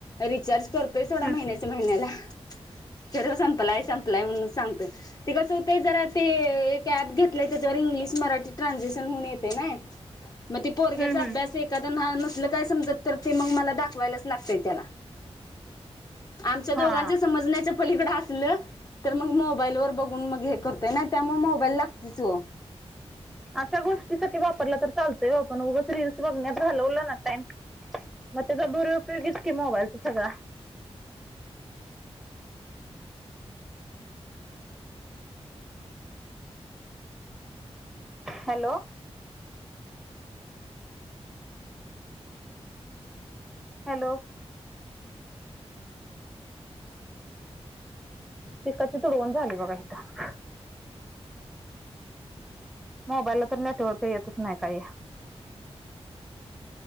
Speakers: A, on the left (about 35°); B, in the centre.
A: रिचार्ज करतोय सोडा
B: हं,
A: महिन्या महिन्याला खर संपलाय संपलाय म्हणून सांगतेय. ते कसं होतय जरा ते एक ऍप घेतलंय त्याच्यावर इंग्लिश मराठी ट्रान्सलेशन होऊन येते नाय. म ते पोरग्याचा
B: हं, हं.
A: अभ्यास एक एखाद नह-नसल काय समजत तर ते मग मला दाखवायलाच लागतय त्याला. आमच्या दोघांच्या
B: हा
A: समजण्याच्या पलीकडं आसलं तर मग मोबाईल वर बघून मग हे करतय ना त्यामुळे मोबाईल लागतेच हो.
B: अश्या गोष्टीसाठी वापरला तर चालतोय ओ पण उगच रीलल्स बघण्यात घालवलं ना टाइम. म त्याचा दुरुपयोग की मोबाईलच सगळा. हॅलो! हॅलो! पिककाची तुडवण झाली बघा इथं. मोबाईलला तर नेटवर्क येतच नाही काय.